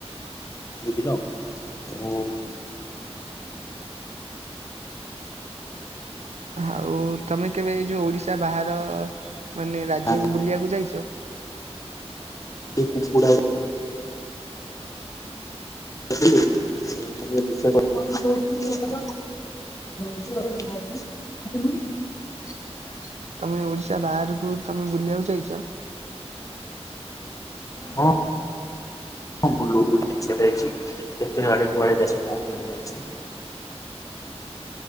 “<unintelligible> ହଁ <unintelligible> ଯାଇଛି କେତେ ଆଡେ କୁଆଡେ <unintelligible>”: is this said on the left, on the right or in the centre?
Left